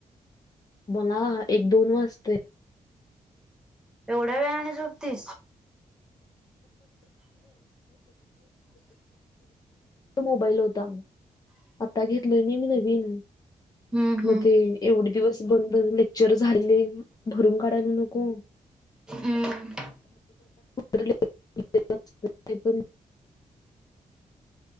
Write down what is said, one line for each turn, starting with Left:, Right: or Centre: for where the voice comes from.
Left: मला एक दोन वाजत.
Centre: एवढ्या वेळानी झोपते.
Left: <inaudible> मोबाईल होता. आत्ता घेतलोय ना मी नवीन.
Centre: हम्म
Left: मग
Centre: हम्म
Left: ते एवढे दिवस बंद झाले. लेक्चर झाले भरून काढायला नको. <inaudible>
Centre: हम्म
Left: <unintelligible>